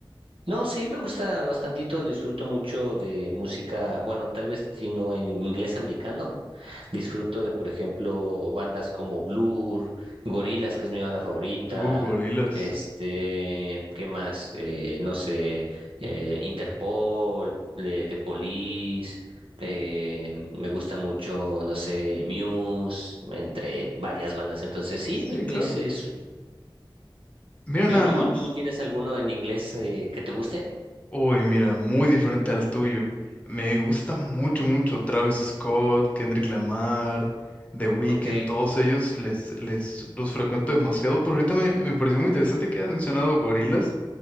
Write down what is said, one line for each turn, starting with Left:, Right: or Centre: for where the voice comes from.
Right: No, sí, me gusta bastantito, disfruto mucho de música, bueno, tal vez si no en inglés americano, disfruto de, por ejemplo, bandas como Blur, Gorillaz, que es mi banda favorita,
Left: Uh, gorilas.
Right: este, ¿qué más? Eh, no sé, eh, Interpol, de The Police, eh, me gusta mucho, no sé, Muse, entre varias bandas, entonces sí,
Left: Sí,
Right: me-
Left: claro.
Right: es, es-
Left: Mira nada
Right: ¿tú,
Left: más.
Right: tú tienes alguno en inglés eh, que te guste?
Left: Uy, mira, muy diferente al tuyo. Me gusta mucho, mucho Travis Scott, Kendrick Lamar, The Weeknd,
Right: Ok.
Left: todos ellos les, les los frecuento demasiado, pero ahorita me, me pareció muy interesante que hayas mencionado gorilas,